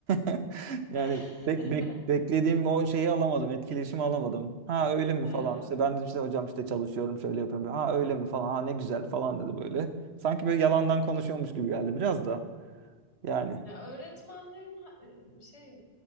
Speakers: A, on the right; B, on the left.
A: <laughs> yani
B: <laughs>
A: bek, bek, beklediğim o şeyi alamadım. Etkileşimi alamadım. Ha öyle mi
B: He,
A: falan. İşte ben de işte hocam işte çalışıyorum şöyle yapıyorum. Ha öyle mi falan. Ha ne güzel falan dedi böyle. Sanki böyle yalandan konuşuyormuş gibi geldi biraz da. Yani.
B: Ya öğretmenlerin ha- e, şey